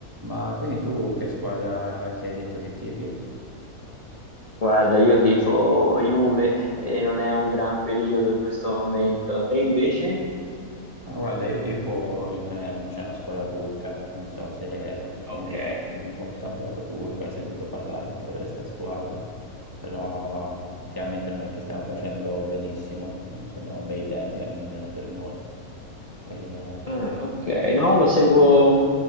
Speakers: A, on the right; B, on the left.
A: Ma quindi tu che squadra che hai detto che tifi?
B: Guarda, io tifo Juve e non è un gran periodo in questo momento. Te invece?
A: Ah, guarda, io tifo il Fenerbahce, è una squadra turca, non so se conosci
B: Ok,
A: un po' il campionato turco, hai sentito parlare un po' di questa squadra, però ultimamente non è che stiamo facendo benissimo, non sono bei tempi eh, nemmeno per noi. Eh,
B: Ah, ok. No, lo seguo,